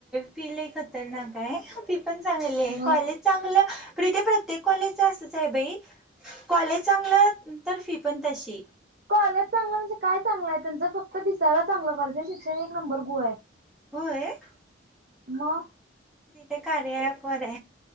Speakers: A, in the centre; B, on the right (about 50°).
A: पिला खतरनाकय हाय पण चांग
B: मग
A: कॉलेज चांगलं प्री प्र ते कॉलेज असच आहे बाई कॉलेज चांगलं तर फी पण तशी
B: कॉलेज चांगलं म्हणजे काय चांगलं आहे त्यांच फक्त दिसाला चांगलं कॉलेजे शिक्षण एक नंबर गु आहे
A: होय, <inaudible>
B: मग
A: तथ कार प आहे.